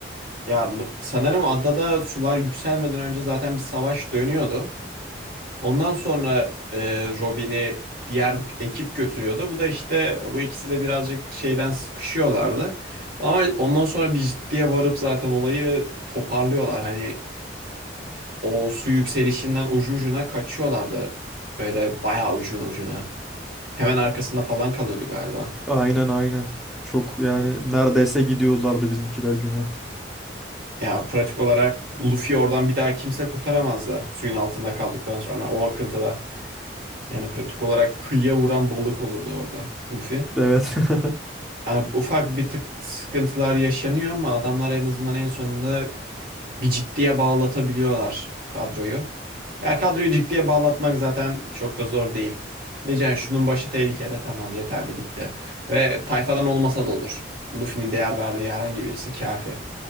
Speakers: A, on the right; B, in the centre.
A: Ya sanırım adada sular yükselmeden önce zaten bir savaş dönüyordu. Ondan sonra e, Robin'i diğer ekip götürüyordu. Bu da işte bu ikisi de birazcık şeyden sıkışıyorlardı. Ama ondan sonra bir ciddiye varıp zaten olayı toparlıyorlar. Hani o su yükselişinden ucu ucuna kaçıyorlardı. Böyle bayağı ucu ucuna. Hemen arkasında falan kalıyordu galiba.
B: Aynen aynen. Çok yani neredeyse gidiyorlardı bizimkiler güme.
A: Ya pratik olarak Luffy oradan bir daha kimse kurtaramazdı suyun altında kaldıktan sonra o akıntıda. Yani pratik olarak kıyıya vuran balık olurdu orada Luffy.
B: Evet. <laughs>
A: Abi, ufak bir tık sıkıntılar yaşanıyor ama adamlar en azından en sonunda bir ciddiye bağlatabiliyorlar kadroyu. Ya kadroyu ciddiye bağlatmak zaten çok da zor değil. Diyeceksin "Yani şunun başı tehlikede tamam yeterli bitti. Ve tayfadan olmasa da olur. Luffy'nin değer verdiği herhangi birisi kafi.